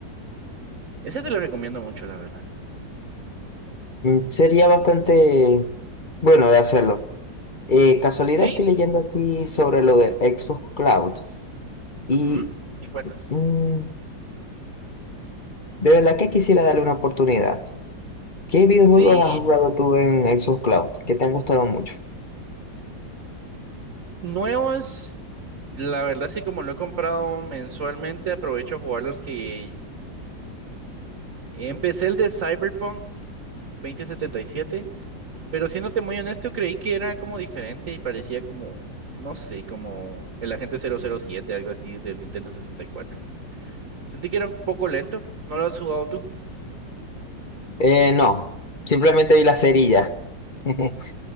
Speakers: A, on the right; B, on the left.
A: Ese te lo recomiendo mucho, la verdad.
B: Mm, Sería bastante bueno de hacerlo. Eh, casualidad
A: Sí,
B: estoy leyendo aquí sobre lo de Xbox Cloud y
A: ujú, ¿Te acuerdas?
B: mm, de verdad que quisiera darle una oportunidad. ¿Qué videojuegos
A: Sí,
B: has jugado tú en Xbox Cloud que te han gustado mucho?
A: nuevos, la verdad sí, como lo he comprado mensualmente, aprovecho a jugar los que empecé el de Cyberpunk dos mil setenta y siete Pero siéndote muy honesto, creí que era como diferente y parecía como, no sé, como el agente cero cero siete algo así del Nintendo sesenta y cuatro Sentí que era un poco lento. ¿No lo has jugado tú?
B: Eh, no, simplemente vi la serie y ya. <laughs>